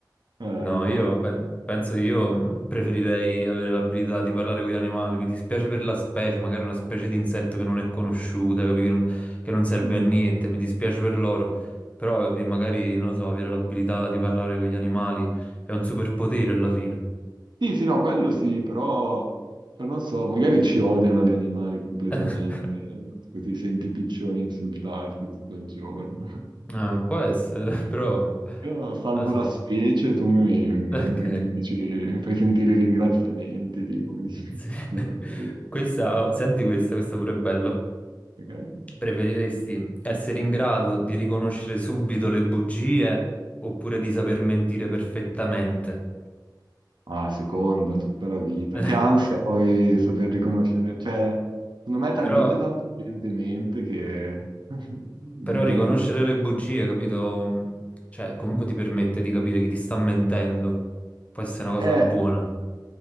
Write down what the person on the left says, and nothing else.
No,
io pen- penso che io mh, preferirei avere l'abilità di parlare con gli animali. Mi dispiace per la specie, magari una specie di insetto che non è conosciuta, capi? Che non, che non serve
a niente. Mi dispiace per loro. Però, capi, magari, non lo so, avere l'abilità di parlare con gli animali è un superpotere alla fine.
<laughs>
Ah, può essere, <laughs> però... Non
lo so.
Ok.
<laughs> Sì.
Questa, oh, senti questa, questa pure è bella.
Preferiresti essere in grado di riconoscere subito le bugie oppure di saper mentire perfettamente?
<laughs>
Però,
però riconoscere
le bugie, capito? Mm, Cioè, comunque ti permette di capire chi ti sta mentendo. Può essere una
cosa buona.